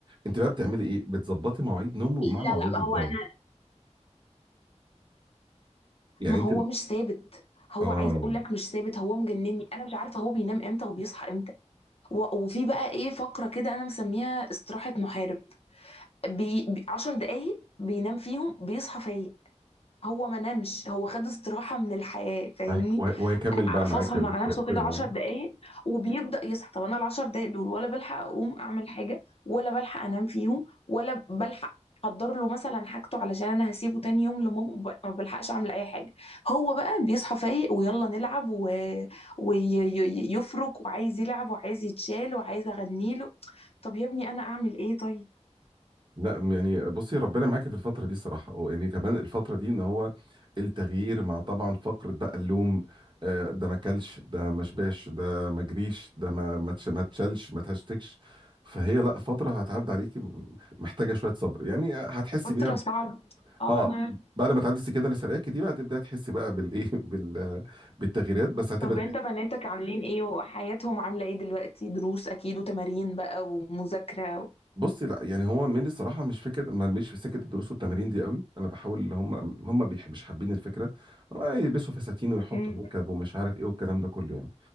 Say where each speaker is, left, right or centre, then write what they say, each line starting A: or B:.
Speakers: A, on the right; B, on the left.
A: انت بقى بتعملي ايه بتظبطي مواعيد نومه مع مواعيد
B: لا ما
A: الدواء
B: هو انا
A: يعني
B: ما
A: انت
B: هو مش ثابت هو
A: اه
B: عايز اقول لك مش ثابت هو مجنني انا مش عارفة هو بينام امتى وبيصحى امتى و... وفي بقى ايه فقرة كده انا مسميها استراحة محارب بي... بي- عشر دقايق بينام فيهم بيصحى فايق هو ما نامش هو خد استراحة من الحياة فاهمني
A: هيك- وه- وهيكمل
B: ع-
A: بقى معاك
B: فصل
A: يا
B: مع
A: دكتور
B: نفسه كده عشر
A: <laughs>
B: دقايق وبيبدأ يصحى طب أنا العشر دقايق دول ولا بلحق أقوم أعمل حاجة ولا بلحق أنام فيهم ولا بلحق أحضر له مثلا حاجته علشان أنا هسيبه تاني يوم لماما ب- ما بلحقش أعمل أي حاجة هو بقى بيصحى فايق ويلا نلعب و... ويفرك وعايز يلعب وعايز يتشال وعايز أغنيله طب يا ابني أنا أعمل إيه طيب
A: لا يعني بصي ربنا معاكي في الفترة دي الصراحة ويعني كمان الفترة دي ان هو التغيير مع طبعا فقرة بقى اللوم آه، ده ما كلش ده ما شبعش ده ما جريش ده ما ما تش- ما تشلش ما تهشتكش فهي لا فترة هتعدي عليكي م- محتاجة شوية صبر يعني هتحسي
B: فترة
A: بيها ب-
B: صعبة اه
A: اه
B: انا عارفة.
A: بعد ما تعدي السكينة اللي سرقاكي دي بقى تبدأ تحسي بقى بالايه <laughs> بال بالتغييرات بس هتبقى
B: طب انت بناتك عاملين ايه وحياتهم عاملة ايه دلوقتي دروس اكيد وتمارين بقى ومذاكرة و...
A: بصي لا يعني هو ميلي الصراحه مش فكره ما مش في سكه الدروس والتمارين دي قوي انا بحاول اللي هم هم بيح- مش حابين الفكره هو يلبسوا فساتين ويحطوا
B: مم.
A: ميك اب ومش عارف ايه والكلام ده كله يعني